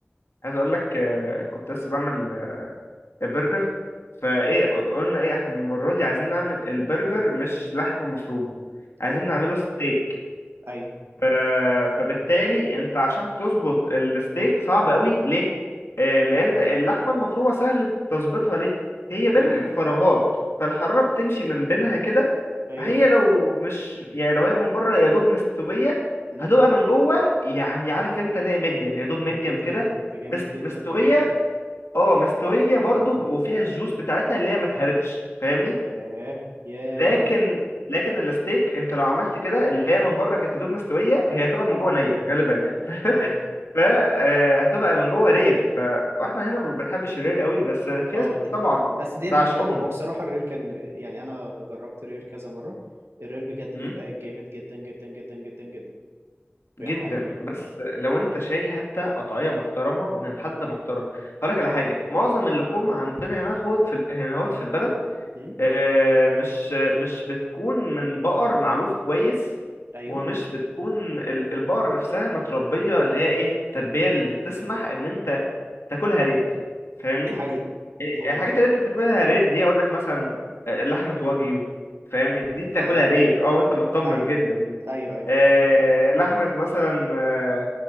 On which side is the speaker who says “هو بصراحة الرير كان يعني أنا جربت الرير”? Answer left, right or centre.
Right